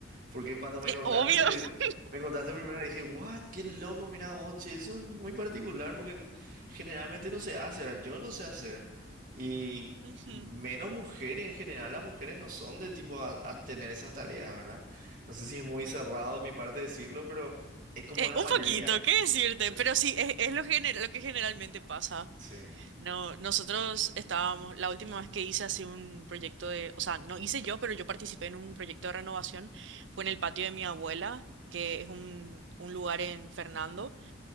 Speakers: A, on the right (about 45°); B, on the right (about 70°).
A: Porque cuando me
B: Eh,
A: contaste,
B: obvio.
A: pri-
B: <laughs>
A: me contaste primero dije, what, qué loco, mira vos, che, eso es muy particular porque n- generalmente no se hace, ¿verdad? Yo no sé hacer. Y
B: Ujú.
A: menos mujeres, en general las mujeres no son de tipo a, a tener esas tareas, ¿verdad? No sé si es muy cerrado de mi parte decirlo, pero es como
B: Eh,
A: la
B: un
A: mayoría.
B: poquito, ¿qué decirte?
A: Sí.
B: Pero sí, es, es lo, gener- lo que generalmente pasa.
A: Sí.
B: No, nosotros estábamos, la última vez que hice así un proyecto de, o sea, no hice yo, pero yo participé en un proyecto de renovación, fue en el patio de mi abuela, que es un, un lugar en Fernando.